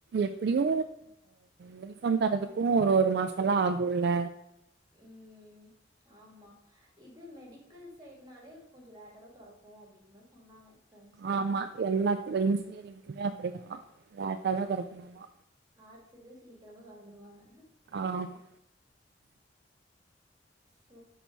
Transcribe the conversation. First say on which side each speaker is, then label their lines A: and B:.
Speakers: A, on the right; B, on the right.
A: எப்டியு யூனிஃபார்ம் தரதுக்கு
B: ம்
A: ஒரு ஒரு மாசலா ஆகுல
B: ம் ஆமா இது மெடிக்கல் சைடுனாலே கொஞ்சோ லேட்டாதா தொறக்கு அப்டின்தா சொன்னாங்க ஃப்ரெண்ட்ஸு
A: ஆமா எல்லாத்துலயு இன்ஜினியரிங்க்குமே அப்புடிதா லேட்டாதா தொறக்குமாமா
B: ஆட்ச்சுதா சீக்கிரமா தொறந்துருவாங்க
A: ஆமா
B: சோ